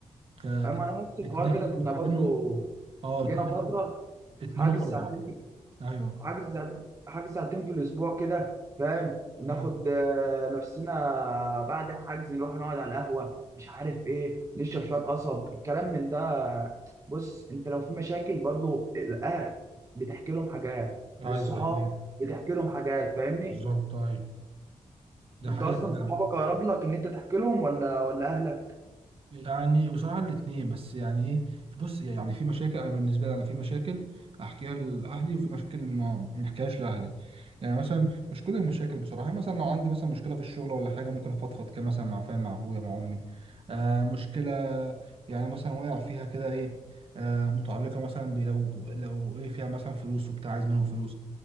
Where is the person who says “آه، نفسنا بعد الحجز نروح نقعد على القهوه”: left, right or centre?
Right